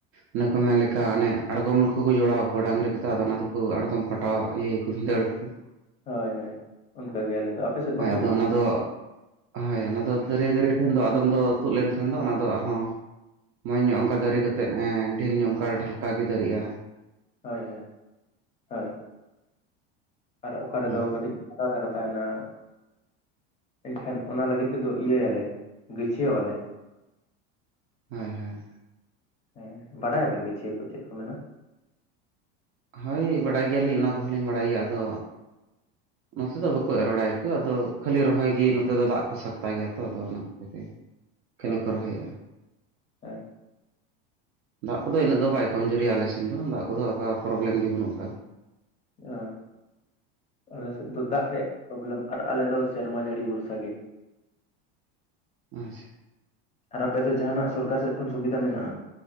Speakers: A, on the right; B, on the left.
A: ᱚᱱᱮ ᱠᱚ ᱢᱮᱱ ᱞᱮᱠᱟ ᱚᱱᱮ ᱟᱬᱜᱚᱢ ᱠᱚᱠᱩ ᱡᱚᱲᱟᱣ ᱟᱠᱚᱣᱟ ᱰᱟᱝᱨᱤ ᱠᱚᱛᱮ ᱟᱫᱚ ᱚᱱᱟ ᱫᱚᱠᱚ ᱟᱬᱜᱚᱢ ᱯᱟᱴᱟᱣᱟᱜ ᱤᱭᱟᱹ ᱠᱩ ᱵᱷᱤᱸᱫᱟᱹᱲ ᱟᱹᱠᱩ ᱾
B: ᱦᱳᱭ ᱦᱳᱭ ᱩᱝᱠᱟ ᱜᱮ ᱟᱞᱮ ᱫᱚ᱾ ᱟᱯᱮ ᱥᱮᱫ
A: ᱦᱳᱭ
B: ᱵᱟᱠᱚ
A: ᱟᱫᱚ
B: ᱤᱭᱟᱹᱭᱟ
A: ᱚᱱᱟ ᱫᱚ ᱦᱳᱭ ᱚᱱᱟ ᱫᱚ ᱫᱟᱹᱨᱭᱟᱹ ᱫᱟᱹᱨᱭᱟᱹ ᱴᱷᱮᱱ ᱫᱚ ᱟᱫᱚᱢ ᱫᱚ ᱛᱩᱫ ᱞᱮᱱᱠᱷᱟᱱ ᱫᱚ ᱚᱱᱟ ᱫᱚ ᱟᱨᱦᱚᱸ ᱢᱚᱡᱽ ᱧᱚᱜ ᱚᱱᱠᱟ ᱫᱟᱨᱤ ᱠᱟᱛᱮᱫ ᱮᱸ ᱰᱷᱮᱨ ᱧᱚᱜ ᱚᱝᱠᱟ ᱰᱷᱟᱞᱠᱟ ᱜᱮ ᱫᱟᱨᱮᱜ-ᱟ᱾
B: ᱦᱳᱭ ᱦᱳᱭ ᱦᱳᱭ ᱟᱨ ᱚᱠᱟ ᱨᱮᱫᱚ
A: ᱦᱳᱭ
B: ᱠᱟᱹᱴᱤᱡ ᱟᱠᱟ ᱫᱷᱟᱨᱮ ᱛᱟᱦᱮᱸᱱᱟ? ᱮᱱᱠᱷᱟᱱ ᱚᱱᱟ ᱞᱟᱹᱜᱤᱫ ᱛᱮᱫᱚ ᱤᱭᱟᱹᱭᱟᱞᱮ ᱜᱟᱹᱪᱷᱟᱹᱣᱟᱞᱮ᱾
A: ᱦᱳᱭ ᱦᱳᱭ᱾
B: ᱦᱮᱸ ᱵᱟᱰᱟᱭ ᱟᱵᱮᱱ ᱜᱟᱹᱪᱷᱤᱭᱟᱹ ᱠᱩ ᱪᱮᱫ ᱠᱩ ᱢᱮᱱᱟ?
A: ᱦᱳᱭ ᱵᱟᱲᱟᱭ ᱜᱮᱭᱟᱞᱤᱧ ᱚᱱᱟ ᱠᱚᱦᱚᱸ ᱞᱤᱧ ᱵᱟᱲᱟᱭ ᱜᱮᱭᱟ, ᱟᱫᱚ ᱱᱚᱛᱮ ᱫᱚ ᱵᱟᱠᱩ ᱮᱨ ᱵᱟᱲᱟᱭᱟᱠᱩ ᱟᱫᱚ ᱠᱷᱟᱹᱞᱤ ᱨᱚᱦᱚᱭ ᱜᱮ ᱱᱚᱛᱮ ᱫᱚ ᱫᱟᱜ ᱠᱚ ᱥᱟᱠᱛᱟ ᱜᱮᱭᱟ ᱛᱚ ᱟᱫᱚ ᱚᱱᱟ ᱠᱷᱟᱹᱛᱤᱨ ᱛᱮ ᱠᱷᱟᱹᱞᱤ
B: ᱚ
A: ᱠᱚ
B: ᱦᱚᱸ
A: ᱨᱚᱦᱚᱭᱮᱜᱼᱟ᱾
B: ᱦᱮᱸ
A: ᱫᱟᱜ ᱠᱚᱫᱚ ᱤᱱᱟᱹᱜ ᱫᱚ ᱵᱟᱭ ᱠᱚᱢ ᱡᱩᱨᱤᱭᱟ ᱟᱞᱮ ᱥᱮᱱ ᱫᱚ ᱫᱟᱜ ᱠᱚᱫᱚ ᱟᱠᱟ ᱯᱨᱚᱵᱞᱮᱢ ᱜᱮ ᱵᱟᱹᱱᱩᱜ ᱠᱟᱜ-ᱟ᱾
B: ᱚ ᱟᱞᱮ ᱥᱮᱫ ᱫᱚ ᱫᱟᱜ ᱨᱮᱭᱟᱜ ᱯᱨᱚᱵᱞᱮᱢ ᱟᱨ ᱟᱞᱮ ᱫᱚ ᱥᱮᱨᱢᱟ ᱡᱟᱹᱲᱤ ᱵᱷᱩᱨᱥᱟ ᱜᱮ᱾
A: ᱟᱪᱪᱷᱟ᱾
B: ᱟᱨ ᱟᱯᱮ ᱫᱚ ᱡᱟᱦᱟᱸᱱᱟᱜ ᱥᱚᱨᱠᱟᱨ ᱥᱮᱫ ᱠᱷᱚᱱ ᱥᱩᱵᱤᱫᱟ ᱢᱤᱱᱟᱜᱼᱟ